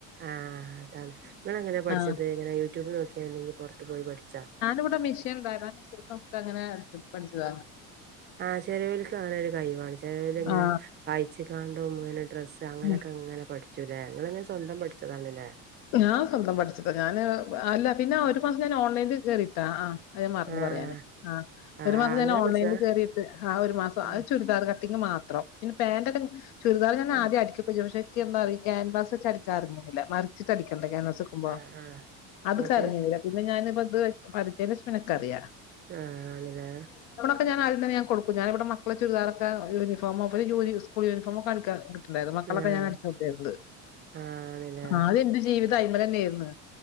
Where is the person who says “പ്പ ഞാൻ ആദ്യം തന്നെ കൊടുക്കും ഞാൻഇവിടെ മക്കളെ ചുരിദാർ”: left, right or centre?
Left